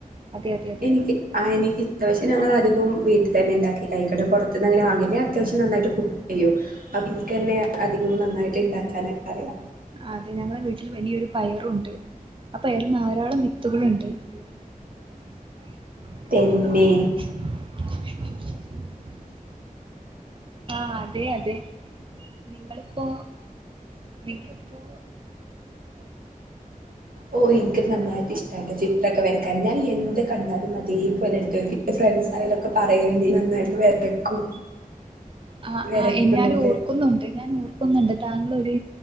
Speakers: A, on the right; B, on the right.
A: അതെ അതെ അതെ
B: എനിക്ക് ആ എനിക്ക് ഇപ്രാവശ്യം ഞങ്ങൾ അധികവും വീട്ടി തന്നെ ഇണ്ടാക്കി കഴിക്ക ട്ടോ പുറത്തുനിന്ന് അങ്ങനെ വാങ്ങല്ല ഞാൻ അത്യാവശ്യം നന്നായിട്ട് കുക്ക് ചെയ്യും അപ്പം ഇൻക്കന്നെ അധികം നന്നായിട്ട് ഉണ്ടാക്കാനൊക്കെ അറിയാ
A: അതെ ഞങ്ങളെ വീട്ടിൽ വലിയൊരു പയറുണ്ട് അപ്പൊ <unintelligible> ധാരാളം വിത്തുകളുണ്ട് <unintelligible>
B: പിന്നെ
A: ആഹ് അതെ അതെ നിങ്ങളിപ്പോ നിങ്ങളിപ്പോ
B: ഓഹ് എനിക്ക് നന്നായിട്ട് ഇഷ്ട്ടാട്ടോ ചി ത്രക്കെ വരക്കാന് ഞാൻ എന്ത് കണ്ടാലും അതേപോലെ എടുത്ത് വരക്കും ഫ്രണ്ട്സ് ആയാലു ഒക്കെ പറയല്ണ്ട് നന്നായിട്ട് വരക്കും
A: ആഹ്
B: വരക്കുന്നൊക്കെ
A: ആഹ് ഞാൻ ഓർക്കുന്നുണ്ട് ഞാൻ ഓർക്കുന്നുണ്ട് താങ്കളൊരു